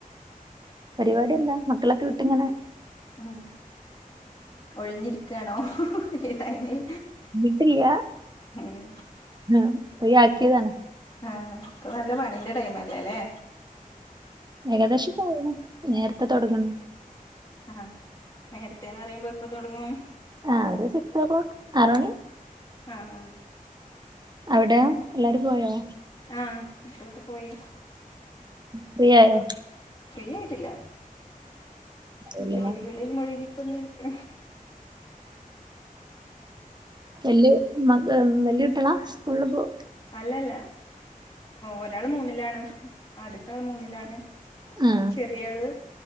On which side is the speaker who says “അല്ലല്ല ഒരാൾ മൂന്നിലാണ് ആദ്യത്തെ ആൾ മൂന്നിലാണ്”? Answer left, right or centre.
Left